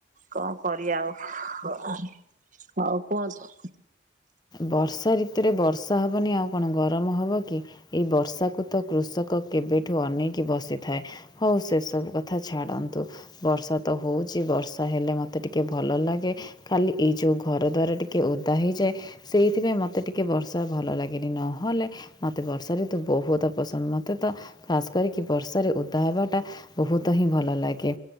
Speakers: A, on the right; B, on the left.
A: କଣ କରିବା ଆଉ। ହଉ କୁହନ୍ତୁ।
B: ବର୍ଷା ଋତୁରେ ବର୍ଷା ହବନି ଆଉ କଣ ଗରମ ହବ କି? ଏଇ ବର୍ଷାକୁ ତ କୃଷକ କେବେଠୁ ଅନେଇକି ବସିଥାଏ। ହଉ ସେ ସବୁ କଥା ଛାଡନ୍ତୁ। ବର୍ଷା ତ ହଉଚି ବର୍ଷା ହେଲେ ମୋତେ ଟିକେ ଭଲ ଲାଗେ। ଖାଲି ଏଇ ଯଉ ଘର ଦ୍ଵାର ଟିକେ ଓଦା ହେଇଯାଏ। ସେଇଥିପାଇଁ ମୋତେ ଟିକେ ବର୍ଷା ଭଲ ଲାଗେନି ନହେଲେ ମତେ ବର୍ଷା ଋତୁ ବହୁତ ପସନ୍ଦ ମତେ ତ ଖାସ୍ କରିକି ବର୍ଷାରେ ଉଦା ହବାଟା ବହୁତ ହିଁ ଭଲ ଲାଗେ।